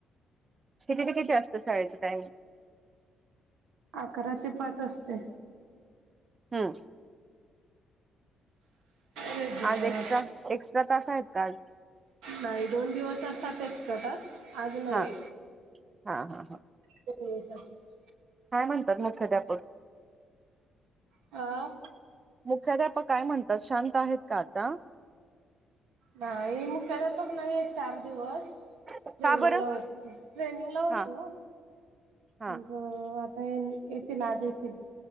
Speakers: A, on the right; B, on the right.
A: किती प किती असतं शाळेचचा टाइम.
B: अकरा ते पाच असते.
A: हम
B: रेग्युलर
A: आज एक्स्ट्रा एक्स्ट्रा तास आहेत का आज.
B: नाही दोन दिवस असतात एक्स्ट्रा तास आज नाहीय.
A: हा हा हा हा.
B: <unintelligible>
A: काय म्हणतात मुख्याध्यापक.
B: आ.
A: मुख्याध्यापक काय म्हणतात शांत आहेत का आता.
B: नाही मुख्याद्यापक नाहीय चार दिवस.
A: का
B: ट्रेनिंग
A: बरं?
B: ला ट्रेनिंग ला होते
A: हा
B: ओ.
A: हा.
B: अ आता येतील आज येतील.